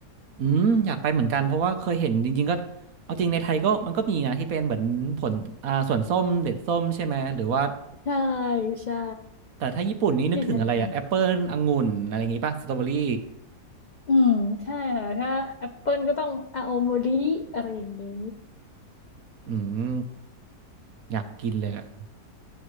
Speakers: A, on the right; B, on the left.
A: อืมอยากไปเหมือนกันเพราะว่าเคยเห็นจริงๆก็เอาจริงในไทยก็มันก็มีนะที่เป็นเหมือนผลอ่าสวนส้มเด็ดส้มใช่ไหมหรือว่า
B: ใช่ใช่
A: แต่ถ้าญี่ปุ่นนี่นึกถึงอะไรอะแอปเปิลองุ่นอะไรอย่างงี้ป่ะสตรอเบอรี่
B: ที่ไทยก็มีอืมใช่ค่ะถ้าแอปเปิ้ลก็ต้องอาโอมริอะไรอย่างนี้
A: อืมอยากกินเลยอะ